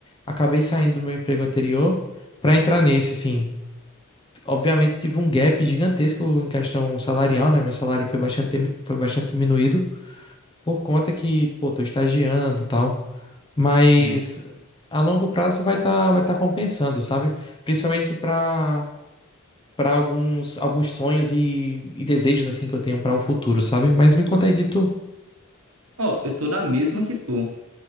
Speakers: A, on the left (about 20°); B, on the right (about 70°).
A: acabei saindo do meu emprego anterior pra entrar nesse assim. Obviamente eu tive um gap gigantesco em questão salarial, né? Meu salário foi bastante foi bastante diminuído por conta que, pô, tô estagiando, e tal. Mas
B: É.
A: a longo prazo vai estar vai tá compensando, sabe? Principalmente para para alguns alguns sonhos e, e desejos assim que eu tenho para o futuro, sabe? Mas me conta aí de tu.
B: Ó, eu tô na mesma que tu,